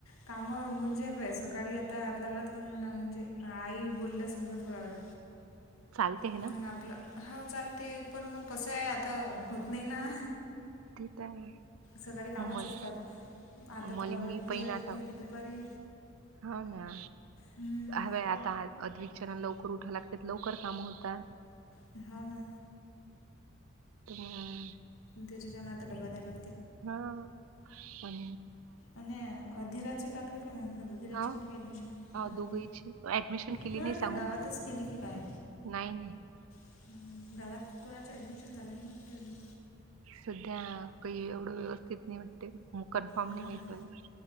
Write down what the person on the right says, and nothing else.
चालते हे ना
त तर
ममल
मली
मी
पहिन
आता.
हो ना
ह आता अधिक लवकर उठा लागतात लवकर काम होतात.
हम्म
हां पण
हा
दोघीची
ऍडमिशन केली
नाही सांगून
नाही नाही
सध्या काही एवढं व्यवस्थित नाही वाटते. कन्फर्म
नाही माहित
मला